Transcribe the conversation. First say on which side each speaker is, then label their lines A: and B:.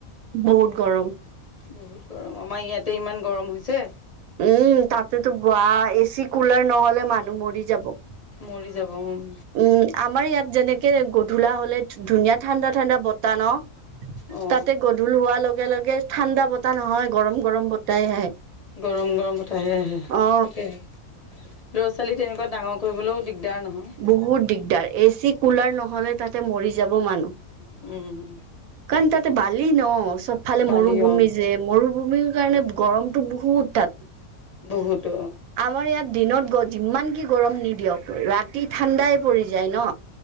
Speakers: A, on the right; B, on the left.
A: বহুত গৰম।
B: বহুত গৰম, আমাৰ ইয়াতে ইমান গৰম হৈছে।
A: উম তাতেতো বোৱা এ চি কুলাৰ নহলে মানুহ মৰি যাব।
B: মৰি যাব উম।
A: উম আমাৰ ইয়াত যেনেকে গধূলা হলে- ধুনীয়া ঠাণ্ডা ঠাণ্ডা বতাহ ন
B: অ
A: তাতে গ- ধুৰ হোৱাৰ লগে লগে ঠাণ্ডা বতাহ নহয় গৰম গৰম বতাহে আহে।
B: গৰম গৰম বতাহে আহে
A: অ
B: তাকে। ল'ৰা ছোৱালী তেনেকোৱা ডাঙৰ কৰিবলৈও দিগদাৰ নহয়।
A: বহুত দিগদাৰ এ চি, কুলাৰ নহলে তাতে মৰি যাব মানুহ।
B: উম
A: কাৰণ তাতে বালি ন চবফালে
B: বালি
A: মৰুভূমি
B: অ
A: যে মৰুভূমিৰ কাৰণে- গৰমটো বহুত তাত।
B: বহুত অ।
A: আমাৰ ইয়াত দিনত গ যিমান কি গৰম নিদিয়ক ৰাতি ঠাণ্ডাই পৰি যায় ন।